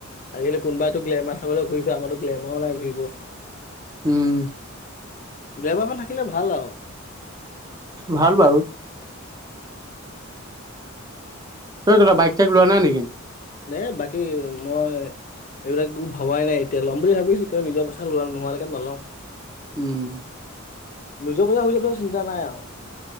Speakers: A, on the left; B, on the right.
A: আজিকালি কোনোবাইাতো গ্লেমাৰ চাবলৈ ঘূৰি ফুৰে, আমাৰত গ্লেমাৰো নাই ঘূৰিব।
B: উম।
A: ড্ৰেভাৰ মান থাকিলে ভাল আৰু।
B: ভাল বাৰু। তই বাইক চাইক লোৱা নাই নেকি?
A: নে বাকী মই এইবিলাক একো ভবাই নাই এতিয়া, ল'ম বুলি ভাবিছো কিয় নিজৰ পইচা লোৱা নোহোৱৈকে নলওঁ।
B: উম।
A: নিজৰ পইচা বুলি কলে চিন্তা নাই আৰু।